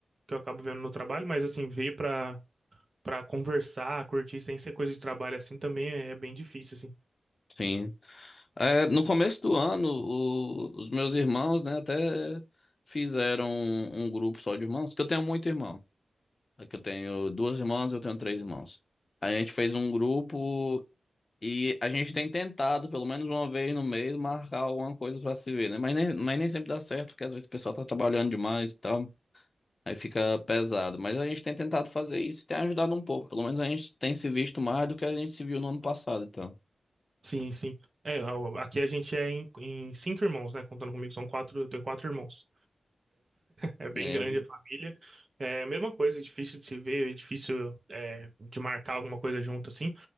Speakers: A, on the right; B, on the left.
A: Que eu acabo vendo no trabalho, mas assim, veio pra Pra conversar, curtir sem ser coisa de trabalho assim também é bem difícil, assim.
B: sim. É, no começo do ano, o- os meus irmãos, né, até fizeram um, um grupo só de irmãos, que eu tenho muito irmão. É que eu tenho duas irmãs, eu tenho três irmãos. A gente fez um grupo E a gente tem tentado, pelo menos uma vez no mês, marcar alguma coisa pra se ver, né? Mas nem, mas nem sempre dá certo, porque às vezes o pessoal tá trabalhando demais e tal. Aí fica pesado. Mas a gente tem tentado fazer isso e tem ajudado um pouco. Pelo menos a gente tem se visto mais do que a gente se viu no ano passado, então.
A: Sim, sim. É, ó, aqui a gente é em, em cinco irmãos, né? Contando comigo, são quatro, eu tenho quatro irmãos. É, <laughs> é bem
B: É.
A: grande a família. É a mesma coisa, é difícil de se ver, é difícil é, de marcar alguma coisa junto, assim.